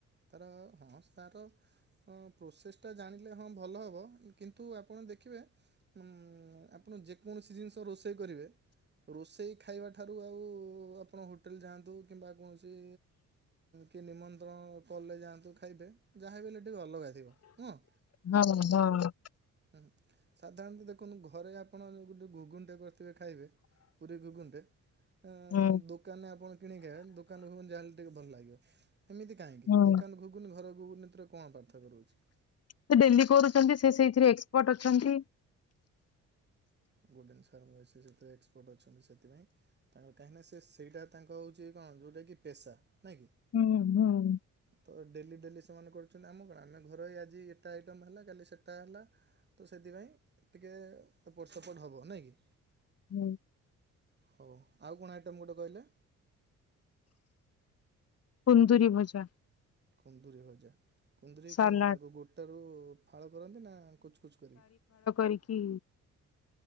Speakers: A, on the right (about 35°); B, on the left (about 55°).
A: ତାର ହଁ ତାର ଆଁ ପ୍ରୋସେସ ଟା ଜାଣିଲେ ହଁ ଭଲ ହବ କିନ୍ତୁ ଆପଣ ଦେଖିବେ ଉଁ ଆପଣ ଯେକୌଣସି ଜିନିଷ ରୋଷେଇ କରିବେ। ରୋଷେଇ ଖାଇବା ଠାରୁ ଆଉ ଆପଣ ହୋଟେଲ ଯାଆନ୍ତୁ କିମ୍ବା କୌଣସି କି ନିମନ୍ତ୍ରଣ କଲେ ଯାଆନ୍ତୁ ଖାଇତେ ଯାହା ବି ହେଲେ ଟିକେ ଅଲଗା ଥିବ ନୁହଁ।
B: ହଁ ହଁ।
A: ହୁଁ ସାଧାରଣତଃ ଦେଖନ୍ତୁ ଘରେ ଆପଣ ଗୋଟେ ଗୁଗୁନିଟେ କରିଥିବେ ଖାଇବେ ପୁରୀ ଘୁଘୁନଟେ। ଆଁ
B: ହୁଁ
A: ଦୋକାନରେ ଆପଣ କିଣିକି ଖାଇବେ ଦୋକାନ ଘୁଗୁନି ଯାହାହେଲେ ଟିକେ ଭଲ ଲାଗିବ। ଏମିତି କାହିଁକି
B: ହୁଁ
A: ଦୋକାନ ଘୁଘୁନି ଘର ଘୁଗୁନି ଭିତରେ କଣ ପାର୍ଥକ୍ୟ ରହୁଚି।
B: ସେ ଡେଲି କରୁଛନ୍ତି ସେ ସେଇଥିରେ ଏକ୍ସପର୍ଟ ଅଛନ୍ତି।
A: ଗୁଡ ଜିନିଷ ସେ ସେଥିରେ ଏକ୍ସପର୍ଟ ଅଛନ୍ତି ସେଥିପାଇଁ ତାଙ୍କ କାହିଁକି ନା ସେ ସେଇଟା ତାଙ୍କ ହଉଛି ଏକ ହଁ ଯଉଟା କି ପେସା ନାଇଁ କି।
B: ହୁଁ ହୁଁ।
A: ତ ଡେଲି ଡେଲି ସେମାନେ କରୁଛନ୍ତି ଆମ କଣ ଆମେ ଘର ଏ ଆଜି ଏଟା ଆଇଟମ ହେଲା କାଲି ସେଟା ହେଲା। ତ ସେଥିପାଇଁ ଟିକେ ଏପଟ ସେପଟ ହବ ନାଇଁ କି।
B: ହୁଁ
A: ହଉ ଆଉ କଣ ଆଇଟମ୍ ଗୋଟେ କହିଲେ।
B: କୁନ୍ଦୁରୀ ଭଜା।
A: କୁନ୍ଦୁରୀ ଭଜା। କୁନ୍ଦୁରି
B: ସାଲାଡ
A: କେମିତି ତାକୁ ଗୋଟାରୁ ଫାଳ କରନ୍ତି ନା କୁଚକୁଚ କରିକି।
B: ଇ କିି।